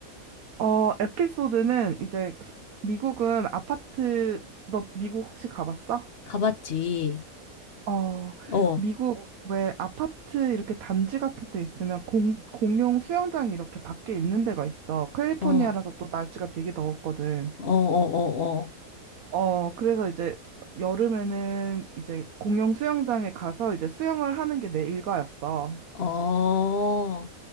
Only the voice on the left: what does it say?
가봤지.
어, 어,
어,
어, 어,
어, 어,